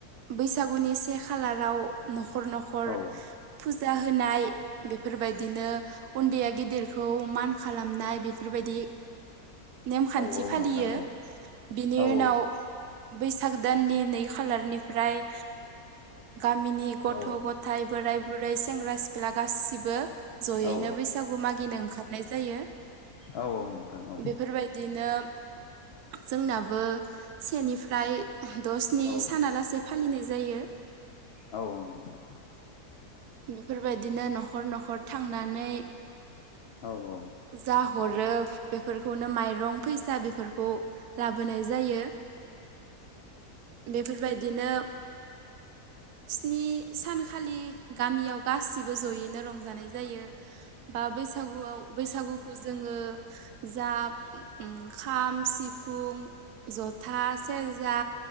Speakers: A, on the right; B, on the left.
A: बैसागुनि से खालाराव न' खर न'खर
B: औ
A: फुजा होनाय बेफोरबायदिनो उन्दैया गिदिरखौ मान खालामनाय बेफोरबायदि नेम खान्थि
B: औ औ
A: फालियो।
B: नोंथां औ
A: बिनि
B: औ
A: उनाव बैस- साग दाननि नै खालारनिफ्राय गामिनि गथ'
B: औ
A: गथाय बोराय बुरै सेंग्रा सिख्ला गाससिबो ज'यैनो
B: औ
A: बैसागु मागिनो ओंखारनाय जायो।
B: औ नोंथां औ
A: बेफोरबायदिनो जोंनाबो सेनिफ्राय द' स्नि
B: औ
A: सानालासे फालिनाय जायो।
B: औ औ नोंथां
A: बेफोरबायदिनो न'खर न'खर थांनानै
B: औ नोंथां औ औ
A: जा हरो बेफोरखौनो माइरं फैसा बेफोरखौ लाबोनाय जायो। बेफोरबायदिनो स्नि सानखालि गामियाव गासिबो जयैनो रंजानाय जायो। बा बैसागुआव बैसागुखौ जोङो जा उम खाम, सिफुं जथा, सेरजा